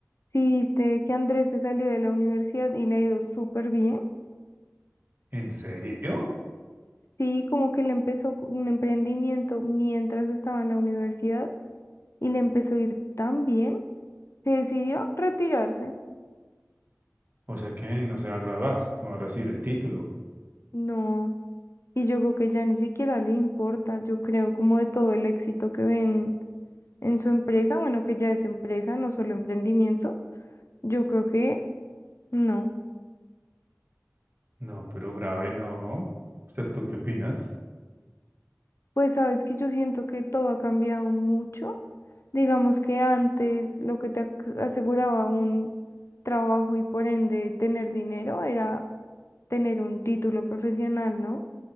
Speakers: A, on the left (about 60°); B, on the right (about 40°).
A: Sí, viste que Andrés se salió de la universidad y le ha ido súper bien.
B: ¿En serio?
A: Sí, como que le empezó con un emprendimiento mientras estaba en la universidad y le empezó a ir tan bien que decidió retirarse.
B: O sea que no se va a graduar, no va a recibir el título.
A: No, y yo creo que ya ni siquiera le importa, yo creo como de todo el éxito que ven en su empresa, bueno, que ya es empresa, no solo emprendimiento, yo creo que no.
B: No, pero grave no. ¿Usted tú qué opinas?
A: Pues sabes que yo siento que todo ha cambiado mucho Digamos que antes lo que te ac- aseguraba un trabajo y por ende tener dinero era tener un título profesional, ¿no?